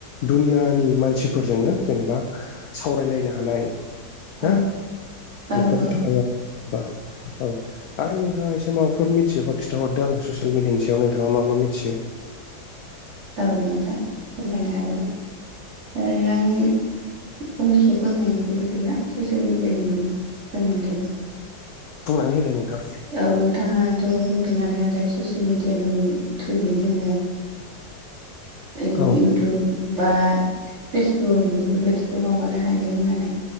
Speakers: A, on the left; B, on the right.
A: दुनियानि मानसिफोरजोंनो जेनेबा सावरायलायनो हानाय। हो
B: औ औ
A: बेफोरनि
B: औ
A: थाखाय बा औ। आरो नोंथाङा एसे माबाफोर मिथियोबा खिथाहरदो आंनो ससियेल मिडियानि सायाव नोंथाङा मा मा मिथियो।
B: औ नोंथां फोरमायनो हागोन ओ आं फंनैसो फोरमायनोसै <unintelligible> ससियेल मिडियानि सोमोन्थै
A: बुंनानै होदो नोंथां
B: औ नोंथाङा थ' बुंदोंआनो आरो ससियेल मिडियानि थ्रुयै जोङो इउटुब
A: औ
B: बा फेसबुक बेबायदिखौ माबानो हायो होननानै